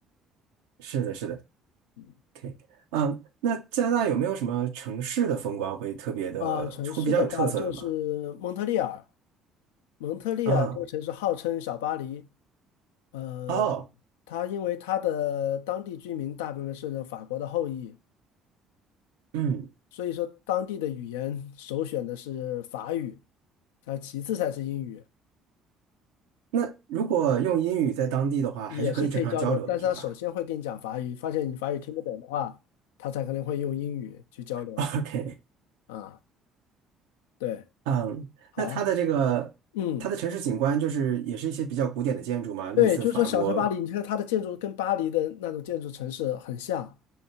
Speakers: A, on the right; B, on the left.
A: 是的，是的
B: 嗯，
A: ，OK，嗯，啊那加拿大有没有什么城市的风光会特别的，
B: 啊、城市的话就是蒙特利尔，
A: 会比较有特色的吗？
B: 蒙特利尔这个城市号称小巴黎，
A: 啊，
B: 呃，
A: 哦，
B: 它因为它的当地居民大部分是法国的后裔，
A: 嗯，
B: 所以说当地的语言首选的是法语，它其次才是英语。
A: 那如果用英语在当地的话，
B: 也是可以交流，
A: 还是可以正常交流的，
B: 但是他首先会跟你讲法语，
A: 是吧
B: 发现你法语听不懂的话，他才可能会用英语去交流
A: <laughs>？OK，
B: 啊。对，
A: 嗯，
B: 好，
A: 那它的这个它的城市景观就是也是一些比较古典的建筑嘛，
B: 嗯，
A: 类似法国
B: 对，就是说小城巴黎，你看它的建筑跟巴黎的那种建筑城市很像，